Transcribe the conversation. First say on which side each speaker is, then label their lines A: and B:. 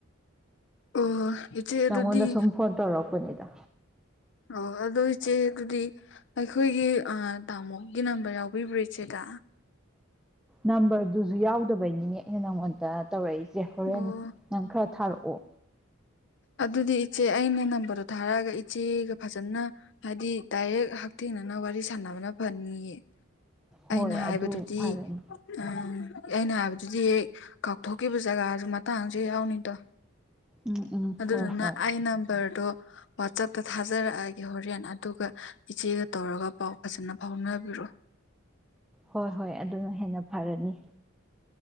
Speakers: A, on the left; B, in the centre.
A: ꯑꯣ ꯏꯆꯦ ꯑꯗꯨꯗꯤ
B: ꯅꯪꯉꯣꯟꯗ ꯁꯨꯝ ꯐꯣꯟ ꯇꯧꯔꯛꯄꯅꯤꯗ
A: ꯑꯣ ꯑꯗꯨ ꯏꯆꯦ ꯑꯗꯨꯗꯤ ꯑꯩꯈꯣꯏꯒꯤ ꯑ ꯇꯥꯃꯣꯒꯤ ꯅꯝꯕꯔ ꯌꯥꯎꯕꯤꯕ꯭ꯔ ꯏꯆꯦꯗ
B: ꯅꯝꯕꯔꯗꯨꯖꯨ ꯌꯥꯎꯗꯕꯒꯤꯅꯦ ꯑꯩꯅ ꯅꯪꯉꯣꯟꯗ ꯇꯧꯔꯛꯏꯖꯦ ꯍꯣꯔꯦꯟ
A: ꯑꯣ
B: ꯅꯪ ꯈꯔ ꯊꯥꯔꯛꯑꯣ
A: ꯑꯗꯨꯗꯤ ꯏꯆꯦ ꯑꯩꯅ ꯅꯝꯕꯔꯗꯣ ꯊꯥꯔꯛꯑꯒ ꯏꯆꯦꯒ ꯐꯖꯅ ꯍꯥꯏꯗꯤ ꯗꯥꯏꯔꯦꯛ ꯍꯛꯊꯦꯡꯅꯅ ꯋꯥꯔꯤ ꯁꯥꯟꯅꯕꯅ ꯐꯅꯤꯌꯦ
B: ꯍꯣꯏ
A: ꯑꯩꯅ
B: ꯑꯗꯨ
A: ꯍꯥꯏꯕꯗꯨꯗꯤ
B: ꯐꯔꯅꯤ
A: ꯎꯝ ꯑꯩꯅ ꯍꯥꯏꯕꯗꯨꯗꯤ ꯍꯦꯛ ꯀꯥꯎꯊꯣꯛꯈꯤꯕ ꯖꯒꯖꯨ ꯃꯇꯥꯡꯖꯨ ꯍꯦꯛ ꯌꯥꯎꯅꯤꯗꯣ
B: ꯎꯝ ꯎꯝ
A: ꯑꯗꯨꯗꯨꯅ
B: ꯍꯣꯏ ꯍꯣꯏ
A: ꯑꯩ ꯅꯝꯕꯔꯗꯣ ꯋꯥꯆꯞꯇ ꯊꯥꯖꯔꯛꯑꯒꯦ ꯍꯣꯔꯦꯟ ꯑꯗꯨꯒ ꯏꯆꯦꯒ ꯇꯧꯔꯒ ꯄꯥꯎ ꯐꯖꯅ ꯐꯥꯎꯅꯕꯤꯔꯛꯑꯣ
B: ꯍꯣꯏ ꯍꯣꯏ ꯑꯗꯨꯅ ꯍꯦꯟꯅ ꯐꯔꯅꯤ